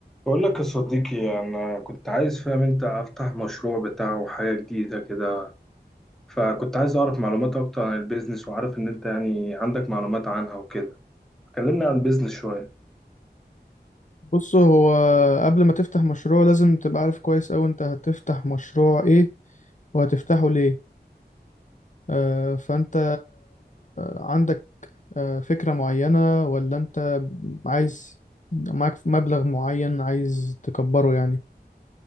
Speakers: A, in the centre; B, on the left (about 45°).
A: بقول لك يا صديقي أنا كنت عايز فاهم أنت أفتح مشروع بتاعه حاجة جديدة كده فكنت عايز أعرف معلومات أكتر عن البيزنس وعارف إن أنت يعني عندك معلومات عنها وكده كلمنا عن البيزنس شوية
B: بص هو قبل ما تفتح مشروع لازم تبقى عارف كويس أوي انت هتفتح مشروع ايه وهتفتحه ليه آه، فانت عندك آه، فكرة معينة ولا انت عايز معاك مبلغ معين عايز تكبره يعني